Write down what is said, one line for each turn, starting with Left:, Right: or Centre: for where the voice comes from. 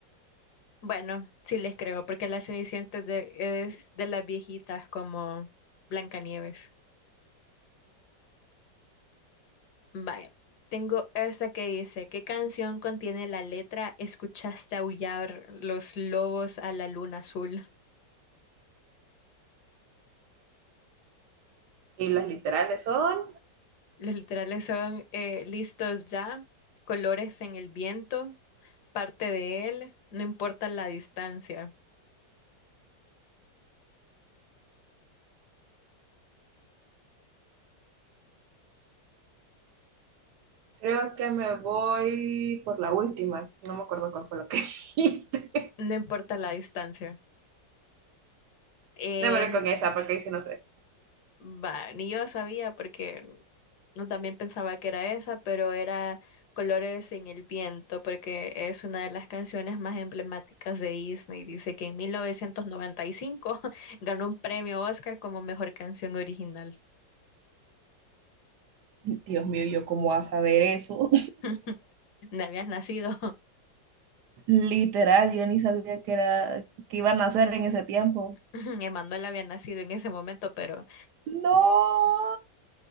Left: bueno, sí les creo, porque La Cenicienta es de, es de las viejitas como Blancanieves. Vaya, tengo esta que dice, ¿qué canción contiene la letra Escuchaste aullar los lobos a la luna azul?
Right: Y las literales son.
Left: Los literales son eh, listos ya, colores en el viento, parte de él, no importa la distancia,
Right: Creo que me voy por la última. No me acuerdo cuál fue lo que <laughs> dijiste.
Left: no importa la distancia. Eh,
Right: Démosle con esa, porque ahí sí no sé.
Left: va, ni yo sabía porque no también pensaba que era esa, pero era colores en el viento porque es una de las canciones más emblemáticas de Disney. Dice que en 1995 <laughs> ganó un premio Oscar como mejor canción original.
Right: Dios mío, ¿yo cómo vas a ver eso?
Left: <laughs> No habías nacido.
Right: Literal, yo ni sabía que era, que iban a hacer en ese tiempo.
Left: <laughs> Emanuel había nacido en ese momento, pero
Right: No.